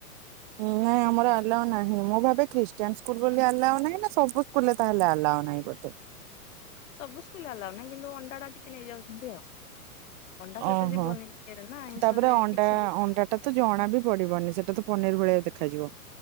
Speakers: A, on the right (about 30°); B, on the left (about 55°).
A: ନାଇଁ ଆମର ଆଲାଓ ନାହିଁ ମୁଁ ଭାବେ ଖ୍ରୀଷ୍ଟିୟାନ୍ ସ୍କୁଲ୍ ବୋଲି ଆଲାଓ ନାହିଁ ନା ସବୁ କୁଲ୍ ରେ ତାହାଲେ ଆଲାଉ ନାହିଁ ବୋଧେ।
B: ସବୁ ସ୍କୁଲ୍ ଆଲାଉ ନାଇଁ କିନ୍ତୁ ଅଣ୍ଡା ଟା ଟିକେ ନେଇଯାଉଛନ୍ତି ଆଉ। ଅଣ୍ଡା ସେତେ
A: ଓହୋ
B: ଯିବନି ଇରେ ନା ଆଇଁଷରେ
A: ତାପରେ ଅଣ୍ଡା
B: କିଛି
A: ଅଣ୍ଡା ଟା ତ ଜଣା ବି ପଡିବନି ସେଟା ତ ପନିର ଭୋଳିଆ ଦେଖାଯିବ।